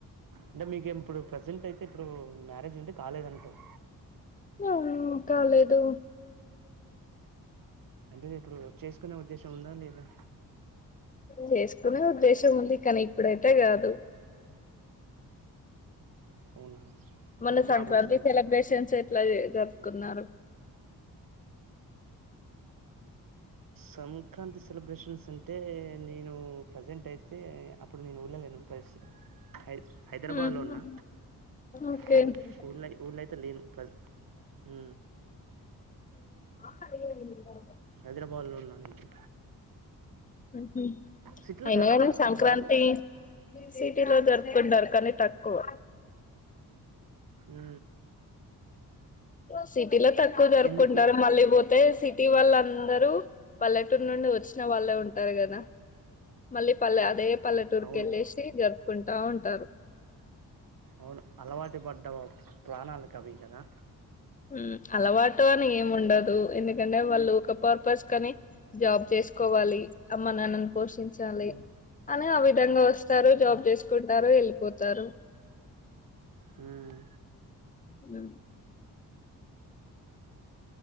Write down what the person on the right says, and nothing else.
అంటే మీకిప్పుడు ప్రజెంట్ అయితే ఇప్పుడు మ్యారేజ్ ఉంటే కాలేదంటవు.
అంటే ఇప్పుడు చేసుకునే ఉద్దేశం ఉందా లేదా.
అవునా
అంటే
జాబ్ వచ్చినాక
సంక్రాంతి సెలబ్రేషన్స్ అంటే నేను ప్రజెంట్ అయితే అప్పుడు నేను ఊళ్ళ లేను ప్లస్ హై హైదరాబాద్లో
ఉన్నా
హ్ ఊళ్ళ ఊళ్ళ అయితే లేను ప్ర హ్
హైదరాబాద్ లో ఉన్నా నేను.
సిటీలో
జరుపుకోరా
పండుగలు
హ్
ఎందుకు
అవును
అవును అలవాటు పడ్డ ప్రాణాలకవి కదా.
ఉమ్,
ఉమ్,
హ్